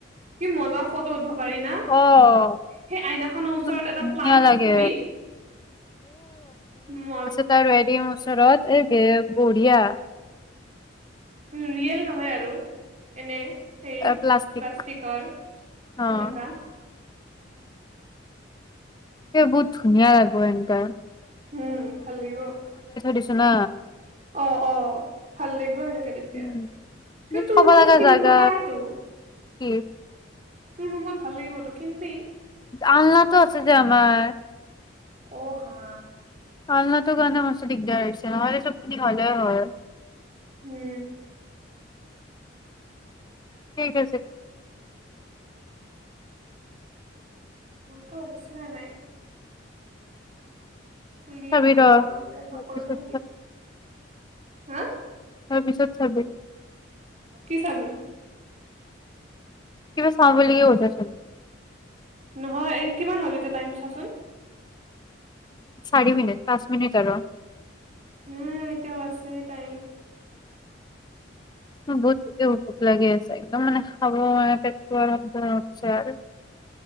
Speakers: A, on the right (about 35°); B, on the left (about 20°).
A: কি মজাৰ ফটো উদ্ভৱ পাৰি না
B: অ',
A: সেই আইনা খন ওচৰত
B: ইমান ধুনীয়া
A: এটা প্লান্টচ
B: লাগে।
A: থবি ম
B: তাৰ এৰি ওচৰত এই বঢ়িয়া
A: ৰিয়েল নহয় আৰু এনে সেৰ
B: প্লাষ্টিক
A: প্লাষ্টিকৰ সেনেকা
B: অ', এ বহুত ধুনীয়া লাগিব এনকা
A: উম ভাল লাগিব
B: দিছো না।
A: অ অ ভাল লাগিব সেনেকে তেতিয়া
B: উম।
A: ক
B: থব
A: তোৰ ৰুমত
B: লগা
A: কিনিব
B: জাগা
A: পাৰাতো
B: কি
A: তোৰ ৰুমত ভাল লাগিব তই কিনিবি
B: আলনাটো আছে যে আমাৰ
A: অহ হা
B: আলনাটোৰ কাৰণে মানে বেছি দিগদাৰ হৈছে নহ'লে চবখিনি হলেই হয়
A: উম
B: ঠিক আছে
A: মোৰতো শুনিচানে নাই লিফ
B: চাবি ৰ
A: কল ব সকলো
B: তাৰপিছত
A: যে লিভ হা
B: তাৰ পিছত চাবি
A: কি চাবি
B: কিবা চাওঁ বুলিল কি বওজা চ
A: নহয় কিমান হ'ল এতিয়া টাইম চাচোন
B: চাৰি মিনিট পাঁচ মিনিট আৰু
A: হ এতিয়াও আছে তাইম
B: উম বহুত ভোক লাগি আছে একদম মানে খাব মানে পেট পোৱাইছে আৰু